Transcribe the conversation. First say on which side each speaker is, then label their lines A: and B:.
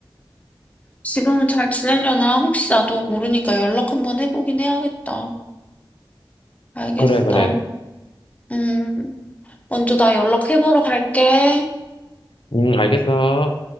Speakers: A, on the left; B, on the left.
A: 지금은 잘 지내려나? 혹시 나도 모르니까 연락 한번 해보긴 해야겠다. 알겠어.
B: 그래, 그래.
A: 음, 먼저 나 연락해보러 갈게.
B: 응, 알겠어.